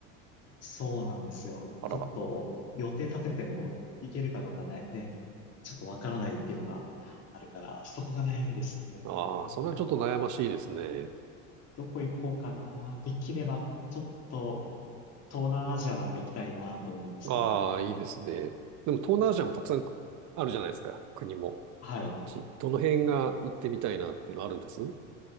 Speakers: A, on the left; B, on the right.
A: そうなんですよ。
B: あらら。
A: ちょっと予定立てても行けるかどうかね、ね、ちょっとわからないっていうのがあるから、そこが悩みですね。
B: ああ、
A: うんでも、
B: それはちょっと悩ましいですね。
A: どこ行こうかな。できれば、ちょっと東南アジアなんか行きたいなと思うんですけどね。
B: ああ、いいですね。でも東南アジアもたくさんあるじゃないですか、国も。
A: はい。
B: ちどの辺が行ってみたいなっていうのあるんです